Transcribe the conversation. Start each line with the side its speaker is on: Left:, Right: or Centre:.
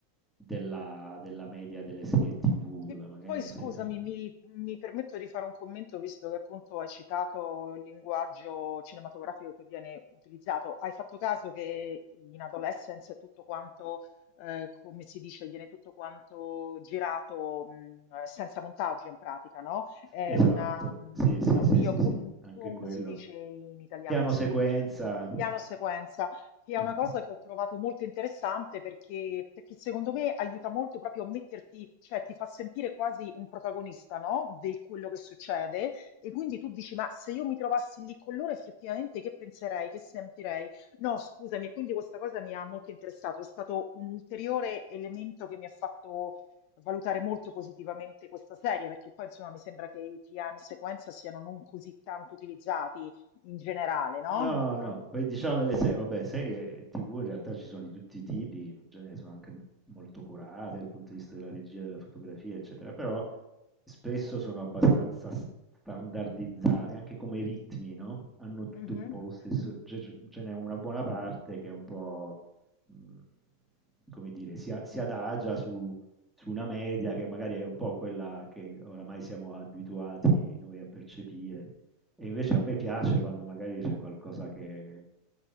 Centre: della della media delle serie TV,
Left: Che
Centre: dove magari
Left: poi scusami,
Centre: se alc
Left: mi, mi permetto di fare un commento visto che appunto hai citato il linguaggio cinematografico che viene utilizzato. Hai fatto caso che in Adolescence è tutto quanto, eh, come si dice, viene tutto quanto girato mh, senza montaggio in pratica, no? È
Centre: esatto,
Left: una, mh,
Centre: sì, sì,
Left: oddio,
Centre: sì, sì,
Left: com-
Centre: sì, anche
Left: come
Centre: quello.
Left: si dice in italiano?
Centre: Piano
Left: Mi sfugge.
Centre: sequenza,
Left: Piano sequenza che è
Centre: mh.
Left: una cosa che ho trovato molto interessante perché, perché secondo me aiuta molto proprio a metterti, cioè ti fa sentire quasi un protagonista, no? Di quello che succede e quindi tu dici, ma se io mi trovassi lì con loro effettivamente che penserei, che sentirei? No, scusami, e quindi questa cosa mi ha molto interessato, è stato un ulteriore elemento che mi ha fatto valutare molto positivamente questa serie, perché poi insomma mi sembra che i piani sequenza siano non così tanto utilizzati in generale, no?
Centre: No,
Left: Mm, an-
Centre: no, poi diciamo delle serie, vabbè, serie TV in realtà ci sono di tutti i tipi, in genere sono anche m- molto curate dal punto di vista della regia, della fotografia, eccetera, però spesso sono abbastanza s- standardizzate, anche come ritmi, no? Hanno tutte
Left: Mhm,
Centre: un po' lo stesso,
Left: mhm.
Centre: ce ce- ce n'è una buona parte che è un po', mh, come dire, si, a- si adagia su, su una media che magari è un po' quella che oramai siamo abituati noi a percepire. E invece a me piace quando magari c'è qualcosa che,